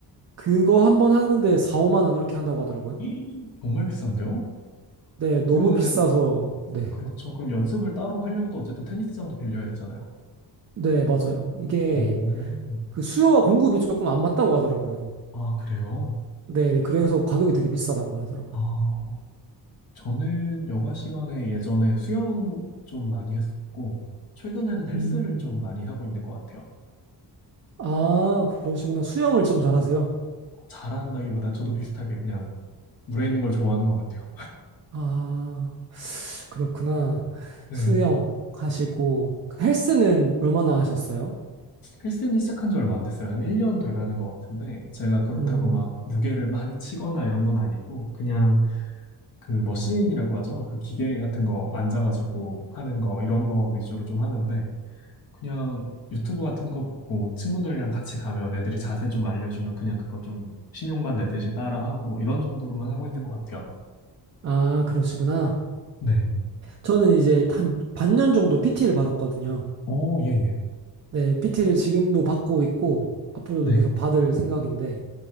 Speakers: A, on the right; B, on the left.
A: 그거 한 번 하는데 4, 5만 원 이렇게 한다고 하더라고요.
B: 이, <gasps> 정말 비싼데요?
A: 네, 너무
B: 그러면은,
A: 비싸서, 네.
B: 그렇죠. 그럼 연습을 따로 하려면 또 어쨌든 테니스장도 빌려야 되잖아요.
A: 네, 맞아요. 이게
B: 오,
A: 그 수요와 공급이 조금 안 맞다고 하더라고요.
B: 아, 그래요?
A: 네, 네. 그래서 가격이 되게 비싸다고 하더라고요.
B: 아. 저는 여가 시간에 예전에 수영 좀 많이 했었고, 최근에는 헬스를
A: 음.
B: 좀 많이 하고 있는 것 같아요.
A: 아, 그러시구나. 수영을 좀 잘하세요?
B: 잘한다기보단 저도 비슷하게 그냥 물에 있는 걸 좋아하는 것 같아요.
A: 아, 그렇구나.
B: 네.
A: 수영 하시고, 헬스는 얼마나 하셨어요?
B: 헬스는 시작한 지 얼마 안 됐어요. 한 1년 돼 가는 것 같은데, 제가 그렇다고
A: 음,
B: 막 무게를 많이 치거나 이런 건 아니고, 그냥 그 머신이라고 하죠. 그 기계 같은 거 앉아가지고 하는 거, 이런 거 위주로 좀 하는데, 그냥 유튜브 같은 거 보고 친구들이랑 같이 가면 애들이 자세 좀 알려주면 그냥 그거 좀 신용만 내듯이 따라하고 이런 정도로만 하고 있는 것 같아요.
A: 아, 그러시구나.
B: 네.
A: 저는 이제 한 반년 정도 PT를 받았거든요.
B: 오, 예, 예.
A: 네, PT를 지금도 받고 있고, 앞으로도
B: 네.
A: 계속 받을 생각인데,